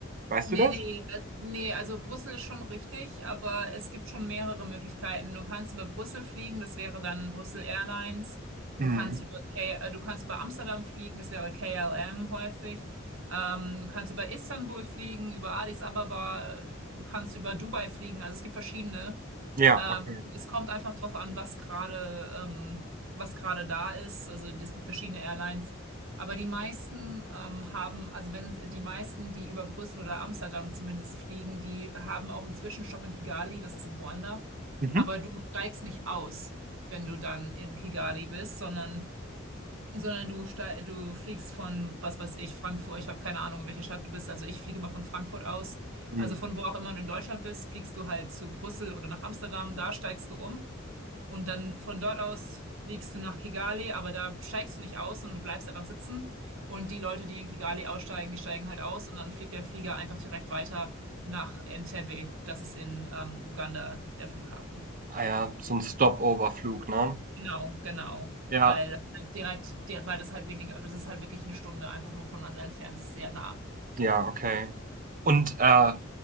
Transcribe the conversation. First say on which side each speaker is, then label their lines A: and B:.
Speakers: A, on the right; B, on the right.
A: Weißt
B: Nee,
A: du das?
B: nee, äh, nee, also Brüssel ist schon richtig, aber es gibt schon mehrere Möglichkeiten. Du kannst über Brüssel fliegen, das wäre dann Brüssel Airlines. Du
A: Mhm.
B: kannst über K äh, du kannst über Amsterdam fliegen, das wäre KLM häufig. Ähm, du kannst über Istanbul fliegen, über Addis Ababa, äh, du kannst über Dubai fliegen. Also es gibt verschiedene.
A: Ja,
B: Ähm,
A: okay.
B: es kommt einfach drauf an, was gerade ähm, was gerade da ist. Also es gibt verschiedene Airlines, aber die meisten ähm, haben, also wenn die meisten, die über Brüssel oder Amsterdam zumindest fliegen, die haben auch einen Zwischenstopp in Kigali, das ist in Ruanda.
A: Mhm.
B: Aber du steigst nicht aus, wenn du dann in Kigali bist, sondern sondern du, ste- du fliegst von, was weiß ich, Frankfurt, ich habe keine Ahnung, in welcher Stadt du bist, also ich fliege immer von Frankfurt aus,
A: Mhm.
B: also von wo auch immer du in Deutschland bist, fliegst du halt zu Brüssel oder nach Amsterdam, da steigst du um und dann von dort aus fliegst du nach Kigali, aber da steigst du nicht aus, sondern du bleibst einfach sitzen und die Leute, die in Kigali aussteigen, die steigen halt aus und dann fliegt der Flieger einfach direkt weiter nach Entebbe, das ist in ähm, Uganda der Flughafen.
A: Ah ja, so ein Stopover-Flug, ne?
B: Genau, genau.
A: Ja,
B: Weil das halt direkt, der, weil das halt weniger, aber das ist halt wirklich eine Stunde einfach nur voneinander entfernt, das ist sehr nah.
A: ja, okay. Und äh,